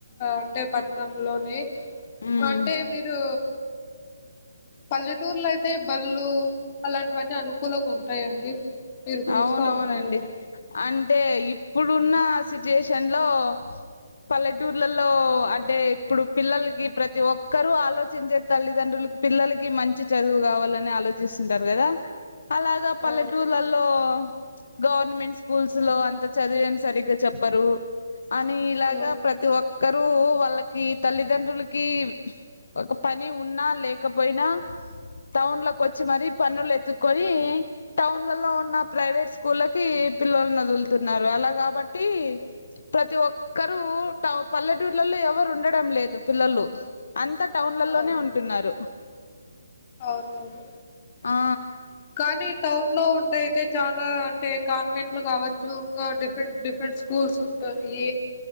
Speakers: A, on the left (about 30°); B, on the left (about 55°).
A: అంటే పట్టణంలోని
B: ఉమ్
A: అంటే మీరు పల్లెటూర్లో అయితే బళ్ళు అలాంటివన్నీ అనుకూలంగా ఉంటాయండి. మీరు చూస్తా
B: అవునవునండి
A: ఉంటారు కదా
B: అం అంటే ఇప్పుడున్న సిచ్యుయేషన్లో పల్లెటూర్లలో అంటే ఇప్పుడు పిల్లలకి ప్రతి ఒక్కరు ఆలోచించే తల్లిదండ్రులు పిల్లలకి మంచి చదువు కావాలని ఆలోచిస్తుంటారు కదా అలాగా పల్లెటూర్లలో
A: ఆ
B: ఆ గవర్నమెంట్ స్కూల్స్
A: ఆ
B: లో అంత చదివేం సరిగ్గా చెప్పరు అని ఇలాగ
A: ఆ
B: ప్రతి ఒక్ క్కరూ వాళ్ళకి తల్లిదండ్రులకి ఒక పని ఉన్నా లేకపోయినా టౌన్లకచ్చి మరి పనులెతు కొని టౌన్లల్లో నా ప్రైవేట్ స్కూళ్ళకి పిళ్ళోళ్ళను వదులుతున్నారు అలా కాబట్టి ప్రతి ఒక్కరు టౌ పల్లెటూళ్లలో ఎవరు ఉండడం లేదు పిల్లలు అంతా టౌన్లలోనే
A: ఆ అవును
B: ఉంటున్నారు
A: అవునవును
B: ఆ
A: కానీ టౌన్ లో ఉంటే అయితే చాలా అంటే కాన్వెంట్లు కావచ్చు. ఇంకా డిఫరెంట్ డిఫరెంట్ స్కూల్స్ ఉంటాయి.